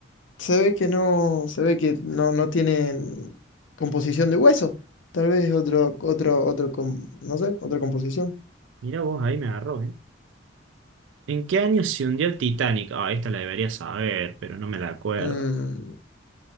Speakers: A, on the left; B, on the right.
A: se ve que no, se ve que no, no tienen composición de hueso. Tal vez otro, otro, otro, com- no sé, otra composición.
B: mira vos, ahí me agarró, ¿eh? ¿En qué año se hundió el Titanic? Ah, esta la debería saber, pero no me la acuerdo.
A: Mm,